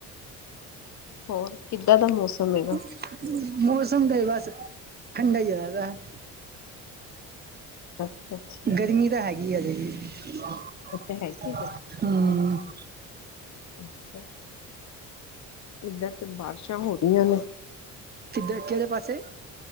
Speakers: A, on the left; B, on the right.
A: ਹੋਰ ਕਿੱਦਾਂ ਦਾ ਮੌਸਮ? ਹੈਗਾ
B: <inaudible> ਮੌਸਮ ਤੇ ਬਸ ਠੰਡਾ ਹੋਇਆ ਪਾਇਆ <unintelligible>
A: ਅੱਛਾ ਅੱਛਾ
B: ਗਰਮੀ ਤਾ ਹੈਗੀ ਆ ਹਾਜੇ ਵੀ <unintelligible>
A: ਇੱਥੇ ਹੈਗੀ
B: ਹਮੱ
A: <unintelligible> ਏਧਰ ਤੇ ਬਾਰਿਸ਼ਾਂ ਹੋ ਰਹੀਆਂ ਨੇ
B: ਕਿਧਰ ਕਿਹਰੇ ਪਾਸੇ